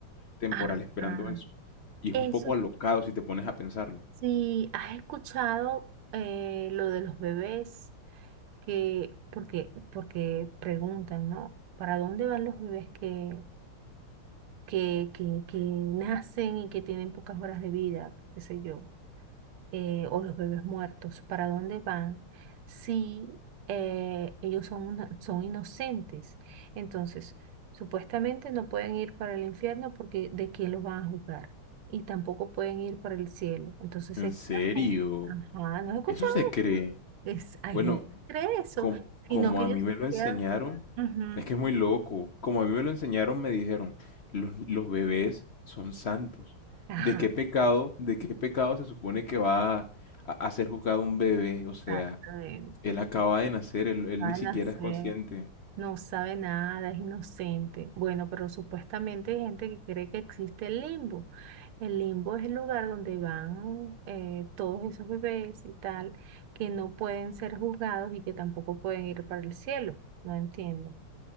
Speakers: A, on the left; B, on the right.
A: temporal
B: Ajá.
A: esperando eso. Y es
B: Eso
A: un poco alocado si te pones a pensarlo.
B: sí, has escuchado eh, lo de los bebés que, porque, porque preguntan, ¿no? ¿Para dónde van los bebés que, que, que, que nacen y que tienen pocas horas de vida? ¿Qué sé yo? eh, o los bebés muertos, ¿para dónde van si eh, ellos son, una- son inocentes? Entonces, supuestamente no pueden ir para el infierno porque ¿de quién los van a juzgar? Y tampoco pueden ir para el cielo. Entonces
A: ¿En
B: sería
A: serio?
B: como, ajá, ¿no has escuchado?
A: ¿Eso se cree?
B: Es, hay
A: Bueno,
B: gente que cree eso,
A: Com-
B: sino
A: como
B: que
A: a
B: ellos
A: mí me
B: se
A: lo enseñaron,
B: quedan, ujú,
A: es que es muy loco. Como a mí me lo enseñaron, me dijeron, los, los bebés son santos.
B: ajá,
A: ¿De qué pecado, de qué pecado se supone que va a, a ser juzgado un bebé? O sea,
B: exactamente.
A: él acaba de nacer, él, él
B: Van
A: ni siquiera
B: a hacer.
A: es consciente.
B: No sabe nada, es inocente. Bueno, pero supuestamente hay gente que cree que existe el limbo. El limbo es el lugar donde van eh, todos esos bebés y tal, que no pueden ser juzgados y que tampoco pueden ir para el cielo. No entiendo.